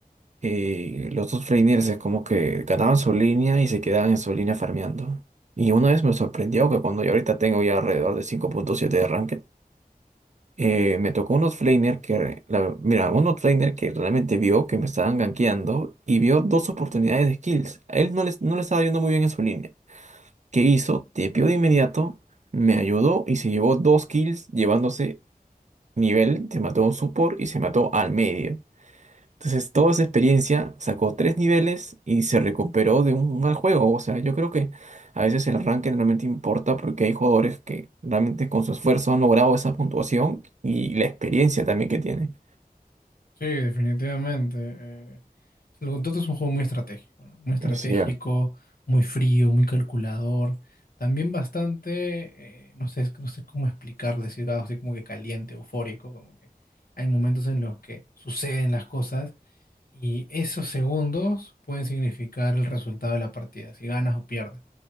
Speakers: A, on the right (about 50°); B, on the left (about 70°).
A: eh, los dos laners es como que ganaban su línea y se quedaban en su línea farmeando. Y una vez me sorprendió que cuando yo ahorita tengo ya alrededor de cinco punto siete de ranked, eh, me tocó unos flaner que, la- mira, unos flaner que realmente vio que me estaban gankeando y vio dos oportunidades de kills. A él no le no le estaba yendo muy bien en su línea. ¿Qué hizo? Tepeó de inmediato, me ayudó y se llevó dos kills, llevándose nivel, se mató a un support y se mató al medio. Entonces, toda esa experiencia sacó tres niveles y se recuperó de un mal juego. O sea, yo creo que a veces el ranking realmente importa porque hay jugadores que realmente con su esfuerzo han logrado esa puntuación y la experiencia también que tienen.
B: Sí, definitivamente. eh, el Gontoto es un juego muy estratégico, ¿no? Muy estratégico,
A: Es cierto.
B: muy frío, muy calculador. También bastante, eh, no sé, no sé cómo explicarlo, decir algo así como que caliente, eufórico, como que hay momentos en los que suceden las cosas y esos segundos pueden significar el resultado de la partida, si ganas o pierdes.